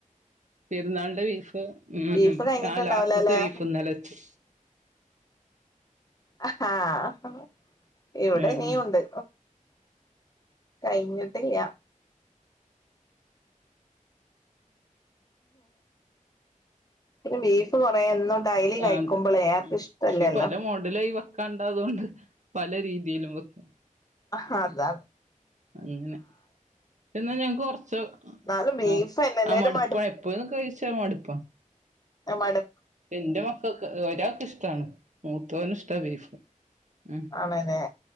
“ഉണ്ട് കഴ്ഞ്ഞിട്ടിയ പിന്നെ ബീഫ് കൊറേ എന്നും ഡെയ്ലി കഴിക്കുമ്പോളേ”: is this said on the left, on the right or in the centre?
Left